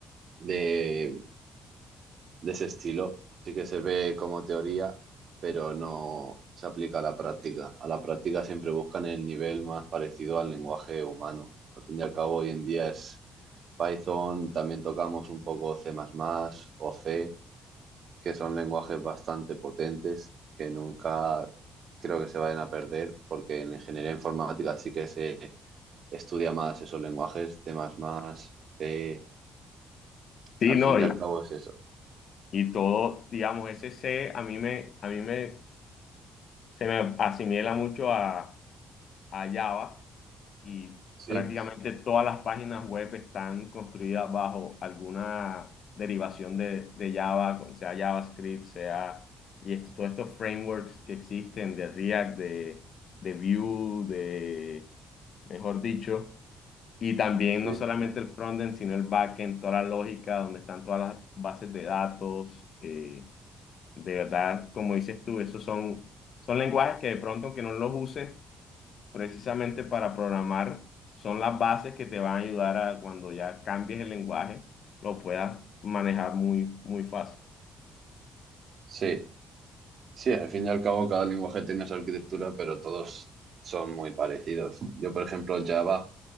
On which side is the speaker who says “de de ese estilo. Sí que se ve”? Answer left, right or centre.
Right